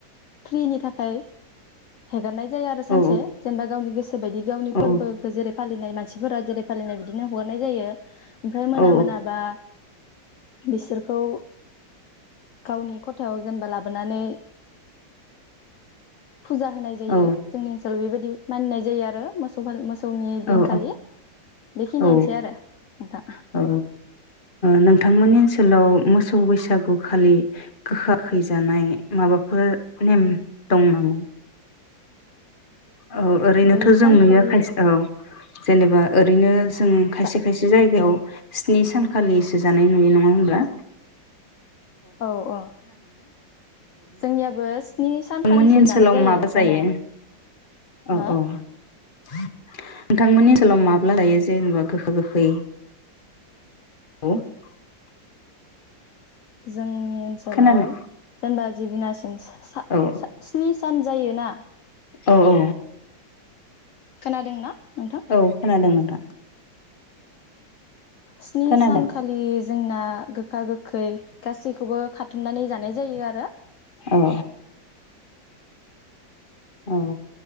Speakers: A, on the left (about 60°); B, on the left (about 30°).
A: फ्रिनि थाखाय हेगारनाय जायो आरो सानसे,
B: औ
A: जेनबा गावनि गोसो बायदि गावनि
B: औ
A: फोरबोखौ जेरै फालिनाय मानसि सिफोरा जेरै फालिनाय बिदिनो हगारनाय जायो। ओमफ्राय मोना
B: औ
A: मोनाबा बिसोरखौ गावनि ख'थायाव जेनेबा लाबोनानै फुजा होनाय जायो
B: औ
A: जोंनि ओनसोलाव बेबायदि मानिनाय जायो आरो मोसौ <unintelligible> मोसौनि दिनखालि
B: औ
A: बेखिनियानोसै
B: औ
A: आरो नोंथां
B: औ नोंथांमोननि ओन आलाव मोसौ बैसागु खालि गोखा खैजानाय माबाफोर नेम दं नामा औ ओरैनोथ
A: बै
B: जों
A: सानखालि
B: नुयो खायसे औ जेनेबा ओरैनो जों खायसे
A: जा
B: खायसे जायगायाव स्नि सानखालिसो जानाय नुयो नङा होनोमब्ला।
A: औ ओ जोंनियाबो स्नि सानखालिसो
B: थांमोननि ओनसोलाव
A: जानाय
B: माबा जायो
A: जानाया
B: औ
A: हो
B: औ नोंथांमोननि ओनसोलाव माब्ला जायो जेनेबा गोखा गोखै <unintelligible>
A: जोंनि ओनसोलाव
B: खोनानो
A: जेनेबा जिदिनास सा-सा
B: औ
A: स्नि सान जायोना
B: औ औ
A: खोनादोंना नोंथां
B: औ खोनादों नोंथां
A: स्नि
B: खोनादों
A: सान खालि जोंना गोखा गोखै गासैखौबो खाथुमनानै जानाय जायो आरो
B: औ औ औ